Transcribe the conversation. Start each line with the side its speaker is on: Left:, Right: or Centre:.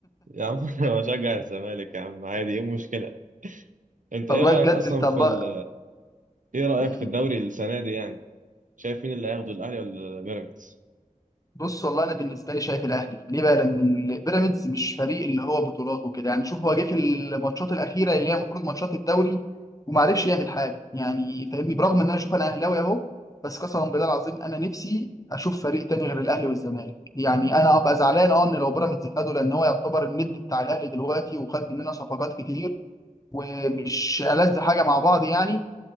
Right: يا عم <laughs> انا بشجع الزمالك يا عم عادي ايه المشكله انت ايه
Left: الله
Right: رايك
Left: بجد
Right: اصلا
Left: انت
Right: في
Left: الله
Right: ال... ايه رايك
Left: مم.
Right: في الدوري السنه دي يعني شايف مين اللي هياخده الاهلي ولا بيراميدز
Left: بص والله انا بالنسبه لي شايف الاهلي ليه بقى لان البيراميدز مش فريق اللي هو بطولات وكده يعني شوف هو جه في الماتشات الاخيره اللي هي المفروض ماتشات الدوري وما عرفش يعمل حاجه يعني فاهمني برغم ان انا شوف انا اهلاوي اهو بس قسما بالله العظيم انا نفسي اشوف فريق تاني غير الاهلي والزمالك يعني انا ابقى زعلان اه ان لو بيراميدز خده لان هو يعتبر الند بتاع الاهلي دلوقتي وخد مننا صفقات كتير ومش ألذ حاجه مع بعض يعني